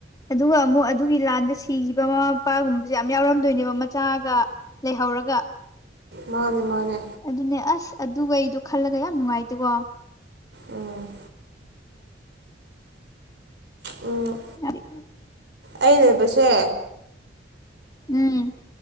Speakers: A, on the left; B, on the right.
A: ꯑꯗꯨꯒ ꯑꯃꯨꯛ ꯑꯗꯨꯒꯤ ꯂꯥꯟꯗ ꯁꯤꯈꯤꯕ ꯃꯃꯥ ꯃꯄꯥꯒꯨꯝꯕꯁꯦ ꯌꯥꯝ ꯌꯥꯎꯔꯝꯗꯣꯏꯅꯦꯕ ꯃꯆꯥꯒ ꯂꯩꯍꯧꯔꯒ
B: ꯃꯥꯅꯦ ꯃꯥꯅꯦ꯫
A: ꯑꯗꯨꯅꯦ ꯑꯁ ꯑꯗꯨꯒꯩꯗꯣ ꯈꯜꯂꯒ ꯌꯥꯝ ꯅꯨꯡꯉꯥꯏꯇꯦꯀꯣ꯫
B: ꯎꯝ ꯑꯣ
A: <unintelligible>
B: ꯑꯩ ꯂꯩꯕꯁꯦ
A: ꯎꯝ